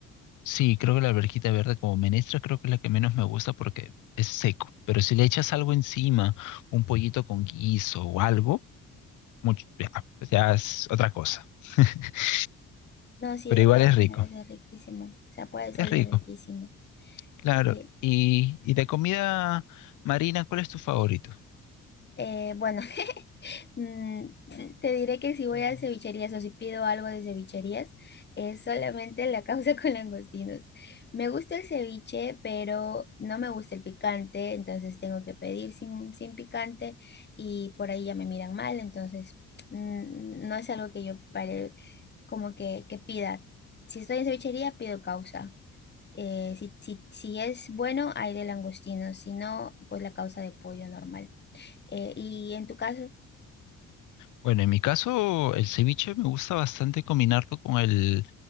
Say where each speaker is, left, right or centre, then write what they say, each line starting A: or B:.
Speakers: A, on the left; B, on the left.
A: Sí, creo que la alverjita verde como menestra creo que es la que menos me gusta porque es seco. Pero si le echas algo encima, un pollito con guiso o algo, mucho, ya, ya es otra cosa. <laughs>
B: No, sí,
A: Pero
B: de
A: igual
B: todas
A: es rico.
B: maneras es riquísimo. O sea, puede
A: Es
B: salir
A: rico.
B: riquísimo.
A: Claro,
B: Y
A: y, y de comida marina, ¿cuál es tu favorito?
B: eh, bueno. Mm, eh, te diré que si voy a cevicherías o si pido algo de cevicherías, es solamente la causa <laughs> con langostinos. Me gusta el ceviche, pero no me gusta el picante, entonces tengo que pedir sin, sin picante y por ahí ya me miran mal, entonces mm, no es algo que yo pare, como que, que pida. Si estoy en cevichería, pido causa. Eh, si, si, si es bueno, hay de langostinos, si no, pues la causa de pollo normal. Eh, y en tu caso...
A: Bueno, en mi caso, el ceviche me gusta bastante combinarlo con el,